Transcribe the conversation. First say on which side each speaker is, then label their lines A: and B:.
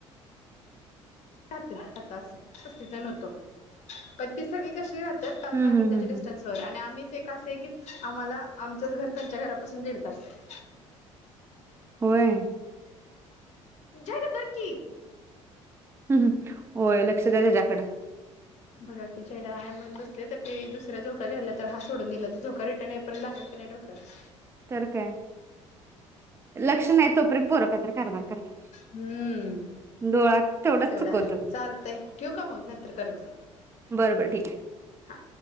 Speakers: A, on the left; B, on the right.
A: अस पस्तीस जण होतो पण ती सगळी कशी पाचदहा
B: हम्म हम्म
A: मिनटाच्या
B: हम्म
A: डिस्टन्स
B: हम्म.
A: वर आणि आम्ही असं आहे की आम्हाला आमचच घर त्यांच्या घरापासून दीड तास आहे...
B: होय हम्म
A: झाड धर की
B: हम् हम् होय लक्ष द्या त्याच्याकडं...
A: बघा की चेडा आहे म्हणून बसले तर ते दुसऱ्या झोका घ्यायला तर हा सोडून दिला तर झोका रिटर्न येईपर्यंत लागेल की नाही डोक्याला...
B: तर काय लक्ष नाही तोपर्यंत पोरं काय... <unintelligible>
A: हम्म
B: डोळा तेवढाच
A: तेवढा
B: चुकवतो
A: हाय चालतंय ठेवू का मग नंतर करते
B: बरं बरं ठीक आहे
A: हा